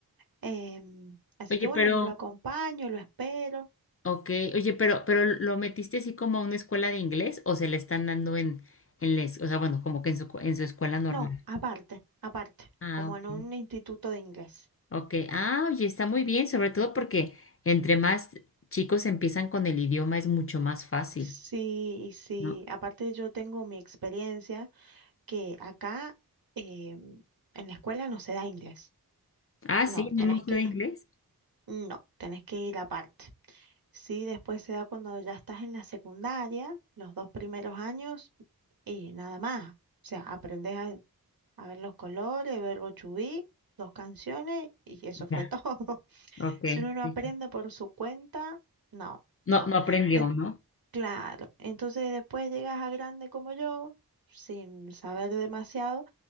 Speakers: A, on the right; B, on the left.
A: em, así
B: Oye,
A: que bueno,
B: pero,
A: yo lo acompaño, lo espero.
B: ok, oye, pero, pero ¿lo metiste así como a una escuela de inglés o se le están dando en, en les, o sea, bueno, como que en su, en su escuela normal?
A: No, aparte, aparte,
B: Ah,
A: como
B: ok.
A: en un instituto de inglés.
B: Ok, ah, oye, está muy bien, sobre todo porque entre más chicos empiezan con el idioma es mucho más fácil,
A: Sí, y sí,
B: ¿no?
A: aparte yo tengo mi experiencia. que acá eh, en la escuela no se da inglés.
B: Ah,
A: No,
B: sí, no
A: tenés
B: me gusta
A: que
B: de
A: ir,
B: inglés.
A: no, tenés que ir aparte. Sí, después se da cuando ya estás en la secundaria, los dos primeros años y nada más. O sea, aprendes a, a ver los colores, verbo to be, dos canciones y eso fue
B: Ya,
A: todo. <laughs>
B: ok.
A: Si uno no
B: sí.
A: aprende por su cuenta, no,
B: No,
A: no.
B: no aprendió,
A: En-
B: ¿no?
A: claro, entonces después llegas a grande como yo, sin saber demasiado